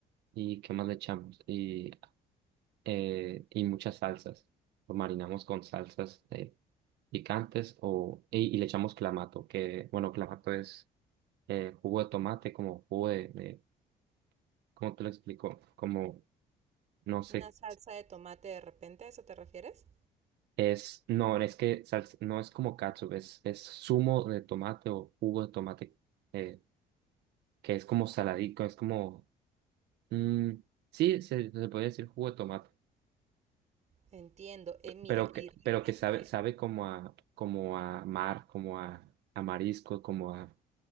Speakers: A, on the right (about 80°); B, on the right (about 45°).
A: ¿Y qué más le echamos? Y, eh, y muchas salsas. Lo marinamos con salsas eh, picantes o, y, y le echamos clamato, que bueno, clamato es eh, jugo de tomate, como jugo de, de- ¿cómo te lo explico? Como, no sé.
B: una salsa de tomate de repente, ¿a eso te refieres?
A: Es, no, es que salsa- no es como catsup, es, es zumo de tomate o jugo de tomate, eh, que es como saladico, es como, mm, sí, se, se podría decir jugo de tomate,
B: Entiendo. Eh,
A: p-
B: mira,
A: pero
B: y
A: que,
B: realmente
A: pero que sabe, sabe como a, como a mar, como a, a marisco, como a,